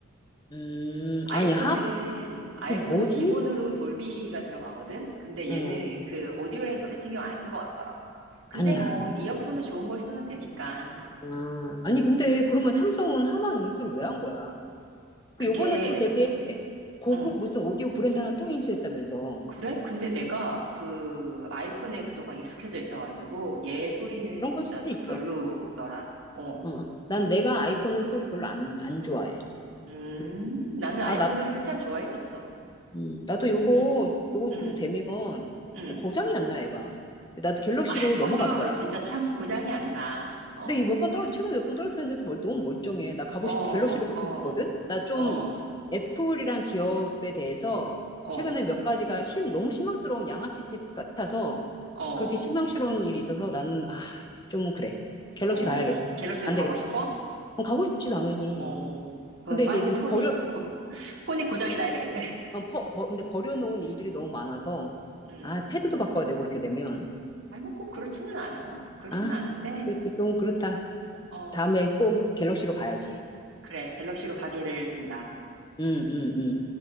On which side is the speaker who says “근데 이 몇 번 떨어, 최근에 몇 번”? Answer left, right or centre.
Left